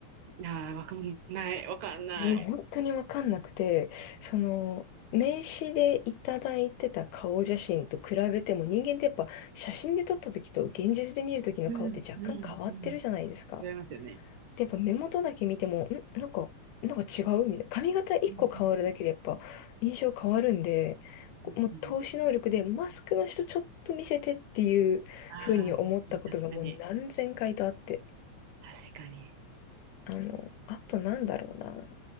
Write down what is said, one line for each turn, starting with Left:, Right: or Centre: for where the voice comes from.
Right: ああ、わかんない。わかんない。
Left: もうね本当にわかんなくて、その、名刺でいただいてた顔写真と比べても人間ってやっぱ写真で撮った時と現実で見る時の顔って若干変わってるじゃないですか。
Right: うんうんうん。違いますよね。
Left: で、やっぱ目元だけ見ても、ん、なんか、なんか違うみたいな。髪型一個変わるだけでやっぱ印象変わるんで、
Right: うんうんうん
Left: こもう透視能力でマスクの人ちょっと見せてっていう風に思ったことがもう何千回とあって。
Right: うんうん。ああ、確かに、確かに。確かに。
Left: あの、あとなんだろうな。